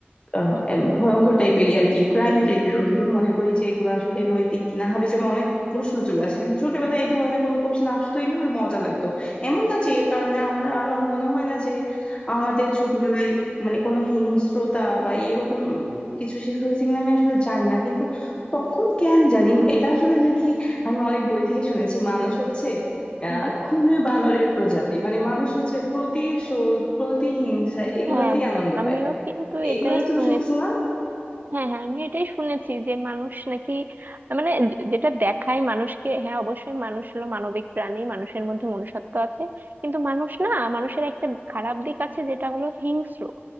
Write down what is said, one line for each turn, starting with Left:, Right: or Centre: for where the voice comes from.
Left: আহ,
Right: হুম
Left: এম, ভয়ঙ্কর টাইপেরই আর কি ক্রাইম টাইপের অথবা মনে করি যে এগুলো আসলে নৈতিক কিনা হাবিজাবি অনেক প্রশ্ন চলে আসে কিন্তু ছোটবেলায় এই ধরনের কোনো কোশ্চেন আসতোই না আর মজা লাগতো এমন না যে এর কারণে আমরা আমার মনে হয় না যে আমাদের ছোটবেলায় মানে কোনো হিংস্রতা বা এরকম কিছু শেখা হয়েছে কিনা আমি আসলে জানি না কিন্তু তখন কেন জানি এটা আসলে নাকি আমি অনেক বই থেকে শুনেছি মানুষ হচ্ছে
Right: হুম।
Left: আহ খুনে বানরের প্রজাতি মানে মানুষ হচ্ছে প্রতিশোধ প্রতিহিংসা এগুলাতেই
Right: হ্যাঁ হ্যাঁ
Left: আনন্দ
Right: আমিও
Left: পায়
Right: কিন্তু
Left: এগুলা
Right: এটাই
Left: তুমি
Right: শুনেছি
Left: শুনছো না
Right: হ্যাঁ হ্যাঁ আমি এটাই শুনেছি যে মানুষ নাকি মানে যে- যেটা দেখায় মানুষকে হ্যাঁ অবশ্যই মানুষ হলো মানবিক প্রাণী মানুষের মধ্যে মনুষ্যত্ব আছে কিন্তু মানুষ না মানুষের একটা খারাপ দিক আছে যেটা হলো হিংস্র